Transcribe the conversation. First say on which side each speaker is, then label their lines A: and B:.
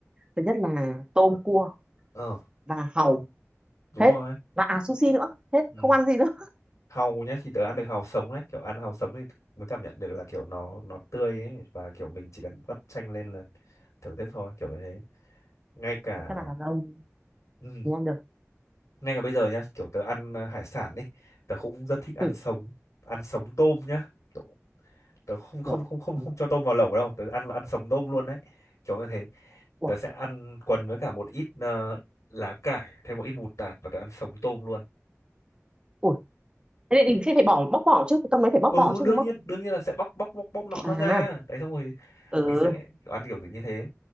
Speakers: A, on the right; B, on the left.
A: thứ nhất là tôm cua
B: ờ
A: và hàu
B: đúng
A: hết.
B: rồi
A: Và à sushi nữa, hết,
B: ừ
A: không ăn gì nữa.
B: hàu nhá thì tớ ăn được hàu sống đấy kiểu ăn hàu sống thì mới cảm nhận được là kiểu nó nó tươi ấy và kiểu mình chỉ cần vắt chanh lên là thưởng thức thôi kiểu như thế ngay cả
A: Chắc là đàn ông
B: ừ,
A: mới ăn được.
B: ngay cả bây giờ nhá kiểu tớ ăn ờ, hải sản đi, tớ cũng rất thích ăn
A: Ừ,
B: sống ăn sống tôm nhá kiểu tớ không không
A: ủa,
B: không không
A: ừ,
B: không cho tôm vào lẩu đâu tớ ăn là ăn sống tôm luôn đấy kiểu như thế
A: ủa,
B: tớ sẽ ăn quần với cả một ít ờ, lá cải thêm một ít mù tạt và tớ ăn sống tôm luôn
A: ủa. Thế thì mình sẽ phải bỏ bóc vỏ chứ, cái tôm đấy phải bóc
B: ừ
A: vỏ chứ
B: đương
A: đúng không?
B: nhiên đương nhiên là sẽ bóc bóc bóc bóc nọ nó
A: À,
B: ra đấy xong rồi
A: ừ,
B: mình sẽ kiểu ăn kiểu như thế